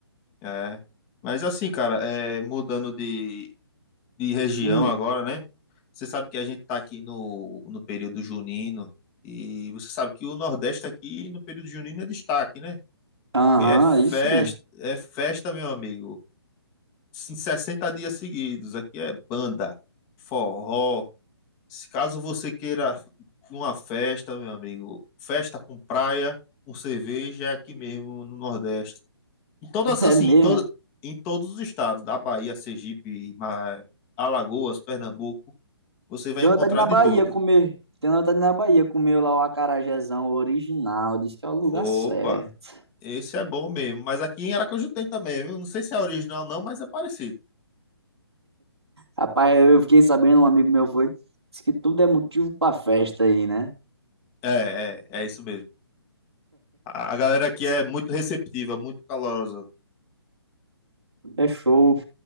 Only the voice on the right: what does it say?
Hum.
Aham,
aí sim.
<laughs> É
mesmo,
é.
Tenho
vontade de ir na
Bahia
comer. Tenho vontade de ir na Bahia comer lá o acarajézão original. Diz que é o lugar
certo.
Rapaz, eu fiquei sabendo, um amigo meu foi. Diz que tudo é motivo pra festa aí, né?
Diz
que
tudo É show.